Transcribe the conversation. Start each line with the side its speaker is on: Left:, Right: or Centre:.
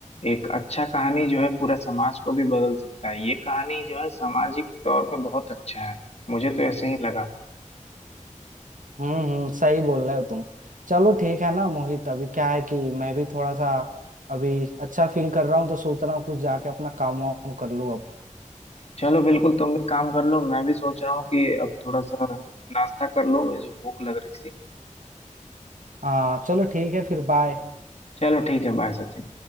Left: एक अच्छा कहानी जो है पूरा समाज को भी बदल सकता है ये कहानी जो है सामाजिक तौर पे बहुत अच्छा है मुझे तो ऐसे ही लगा
Right: हम्म हम्म सही बोल रहे हो तुम चलो ठीक है ना मोहित अभी क्या है कि मैं भी थोड़ा सा अभी अच्छा फील कर रहा हूँ तो सोच रहा हूँ कुछ जाके अपना काम वाम कर लूँ अब
Left: चलो बिल्कुल तुम भी काम कर लो मैं भी सोच रहा हूँ कि अब थोड़ा सा नाश्ता कर लो मुझे भूख लग रही सी
Right: हाँ चलो ठीक है फिर बाय
Left: चलो ठीक है बाय सचिन